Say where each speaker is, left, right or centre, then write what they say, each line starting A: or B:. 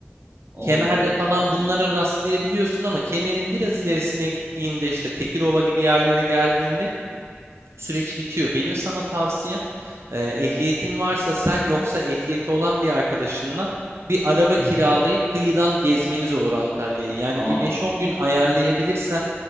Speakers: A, on the right (about 40°); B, on the right (about 85°).
A: Oo
B: Kemer'de
A: çok
B: falan
A: tatlı.
B: bunlara rastlayabiliyorsun ama kemerin biraz ilerisine gittiğinde işte Tekirova gibi yerlere geldiğinde süreç bitiyor. Benim sana tavsiyem e, ehliyetin varsa sen yoksa ehliyeti olan bir arkadaşınla bir araba
A: <laughs>
B: kiralayıp kıyıdan gezmeniz olur Antalya'yı. Yani
A: Aa,
B: bir beş on gün ayarlayabilirsen